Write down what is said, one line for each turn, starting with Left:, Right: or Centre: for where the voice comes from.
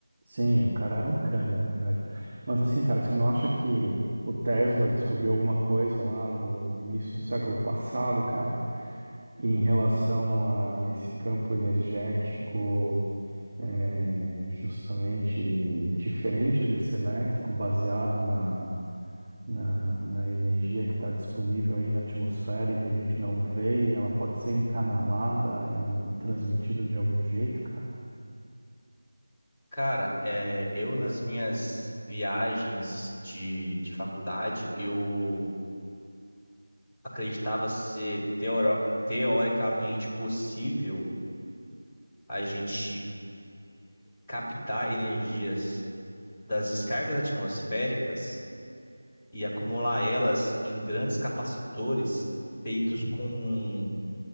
Right: Sim, o cara era um crânio, né, velho? Mas assim, cara, você não acha que o Tesla descobriu alguma coisa lá no início do século passado, cara, em relação a esse campo energético, é, justamente diferente desse elétrico, baseado na, na, na energia que está disponível aí na atmosfera e que a gente não vê, e ela pode ser encanalada e transmitida de algum jeito, cara.
Centre: Cara, é, eu nas minhas viagens de, de faculdade, eu acreditava ser teoro- teoricamente possível a gente captar energias das descargas atmosféricas e acumular elas em grandes capacitores feitos
Right: Hum,
Centre: com